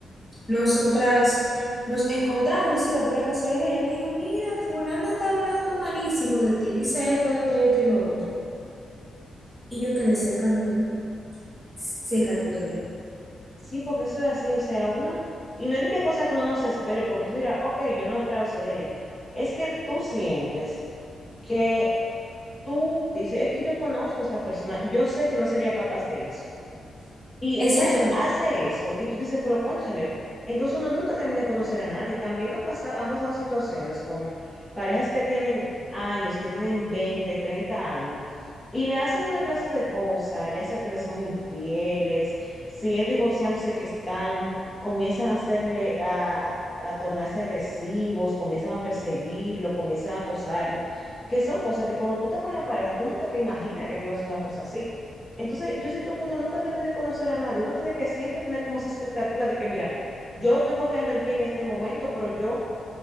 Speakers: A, in the centre; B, on the left (about 20°).
A: Nosotras nos encontramos así de pura casualidad. Ella me dijo, mira, fulana está hablando malísimo de ti, dice esto, esto y esto y lo otro. Y yo quedé seca, mi amor. Seca yo quedé.
B: sí, porque eso es así, o sea, uno, y no es ni qué cosa que uno no se espere, porque tú dirás, ok, yo no me esperaba eso de ella. Es que tú sientes que tú dices, es que yo conozco a esta persona, yo sé que no sería capaz de eso. Y entonces
A: Exacto.
B: hace eso y tú dices, pero cónchale, entonces uno nunca termina de conocer a nadie. También ha pasado, han pasado situaciones con parejas que tienen años, que tienen 20 30 años, y le hacen una clase de cosas, ya sea que le son infieles, si es divorciándose que están, comienzan a hacerle, a, a, a tornarse agresivos, comienzan a perseguirlo, comienzan a acosarlo, que son cosas que cuando tú estás con la pareja, tú nunca te imaginas que te ibas a hacer una cosa así. Entonces, yo siento que uno nunca termina de conocer a nadie. Uno tiene que siempre tener como esa expectativa de que, mira, yo estoy confiando en ti en este momento, pero yo